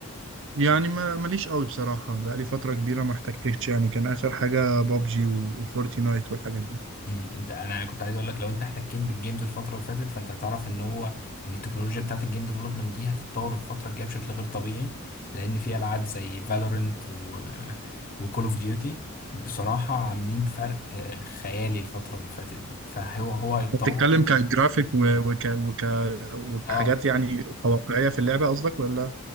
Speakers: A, on the right; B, on the left.
A: يعني ما- ماليش قوي بصراحة بقالي فترة كبيرة ما احتكتش يعني كان آخر حاجة بابجي وفورتنايت والحاجات دي
B: امم انت انا كنت عايز اقول لك لو انت احتكيت بالجيمز الفتره اللي فاتت فانت هتعرف ان هو ان التكنولوجيا بتاعت الجيم ديفلوبمنت دي هتتطور الفتره الجايه بشكل غير طبيعي لان في العاب زي فالورنت و وكول اوف ديوتي بصراحه عاملين فرق آه، خيالي الفتره اللي فاتت دي فهو هو هيتطور
A: بتتكلم كجرافيك و- وك وك وكحاجات
B: اه
A: يعني واقعية في اللعبة قصدك ولا